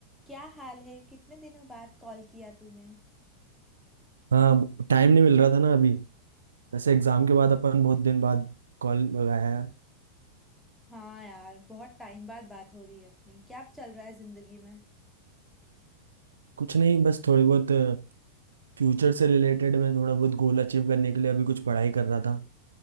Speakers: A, in the centre; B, on the right (about 70°).
A: क्या हाल है कितने दिनों बाद कॉल किया तूने
B: हाँ टाइम नहीं मिल रहा था ना अभी वैसे एग्जाम के बाद अपन बहुत दिन बाद कॉल लगाया है
A: हाँ यार बहुत टाइम बाद बात हो रही है अपनी क्या चल रहा है जिंदगी में
B: कुछ नहीं बस थोड़ी बहुत फ्यूचर से रिलेटेड मैं थोड़ा बहुत गोल अचीव करने के लिए अभी कुछ पढ़ाई कर रहा था